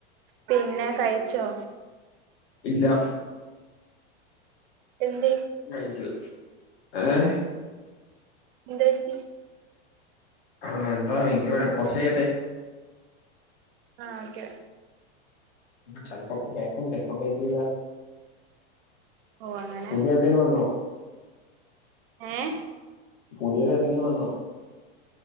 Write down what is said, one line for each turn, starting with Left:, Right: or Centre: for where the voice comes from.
Right: പിന്ന കയ്ച്ചോ
Left: ഇല്ല
Right: എന്തെ
Left: കയ്ച്ചില്ല ഏ
Right: എന്ത് പറ്റി?
Left: ആഹ് എന്താ ഇൻക്ക് വേ കൊറച്ചയ്യട്ടെ.
Right: ആഹ് ഓക്കെ.
Left: ചെൽപ്പം കയിക്കും, ചെൽപ്പം കയിക്കൂല്ല.
Right: ഓ അങ്ങനെ
Left: പുതിയേതേലും വന്നോ?
Right: ഏ
Left: പുതിയത് ഏതെങ്കിലും വന്നോ?